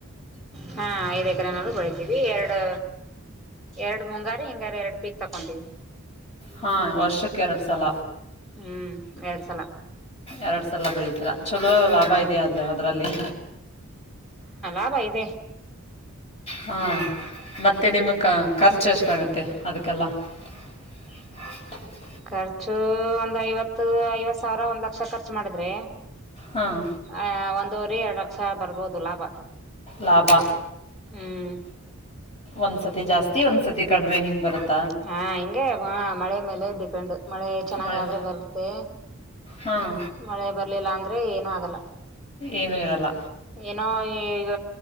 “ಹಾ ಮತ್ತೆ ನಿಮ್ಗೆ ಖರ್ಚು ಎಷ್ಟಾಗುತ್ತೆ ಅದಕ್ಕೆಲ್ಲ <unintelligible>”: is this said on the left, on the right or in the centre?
Left